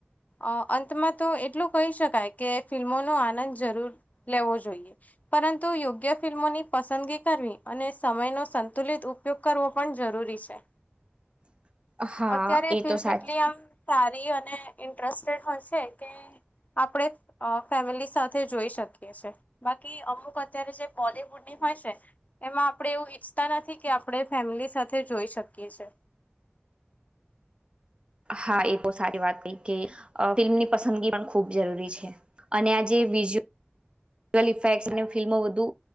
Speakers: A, on the left; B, on the right.
A: અ અંતમાં તો એટલું કહી શકાય કે ફિલ્મોનોો આનંદ જરૂર લેવો જોઈએ પરંતુ યોગ્ય ફિલ્મોની પસંદગી કરવી અને સમયનો સંતુલિત ઉપયોગ કરવો પણ જરૂરી રી છે
B: <inaudible> હા
A: અત્યારે
B: એ
A: ફિલ્મ
B: તો સાચ
A: એટલી આમ સારી અને ઇન્ટરેસ્ટેડ હોય છે કે આપણે ફેમિલી સાથે જોઈ શકીએ છે અમુક અત્યારે જે બોલિવુડની હોય છે એમાં આપડે એવું ઈચ્છતા નથી કે આપણે ફેમિલી સાથે સાથે જોઈ શકીએ છીએ
B: હા, એ બહુ સારી વાત કઈ કે ફિલ્મની પસંદગી પણ ખૂબ જરૂરી છે. અને આજે વી બીજું ટેલીફ્લેક્સ અને ફિલ્મો વધુ